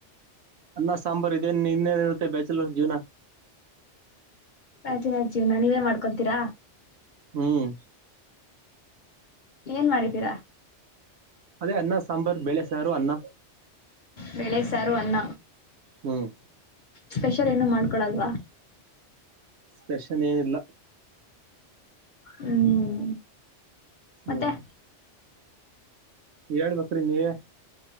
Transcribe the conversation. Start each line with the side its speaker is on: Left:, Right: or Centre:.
Right: ಅನ್ನ ಸಾಂಬಾರ್ ಇದೇನ್ ಇನ್ನೇನ್ ಇರುತ್ತೆ ಬ್ಯಾಚುಲರ್ಸ್ ಜೀವನ
Left: ಬ್ಯಾಚುಲರ್ಸ್ ಜೀವ್ನ ನೀವೇ ಮಾಡ್ಕೊತೀರಾ
Right: ಹ್ಮ್
Left: ಏನ್ ಮಾಡಿದ್ದೀರಾ.
Right: ಅದೇ ಅನ್ನ ಸಾಂಬಾರ್ ಬೇಳೆ ಸಾರು ಅನ್ನ.
Left: ಬೆಳೆ ಸಾರು ಅನ್ನ
Right: ಹ್ಮ್
Left: ಸ್ಪೆಷಲ್ ಏನು ಮಾಡ್ಕೊಡಲ್ವಾ.
Right: ಸ್ಪೆಷನ್ ಏನಿಲ್ಲ.
Left: ಹ್ಮ್
Right: ಹ್ಮ್
Left: ಮತ್ತೆ
Right: ಹೇಳ್ಬೇಕ್ರಿ ನೀವೆ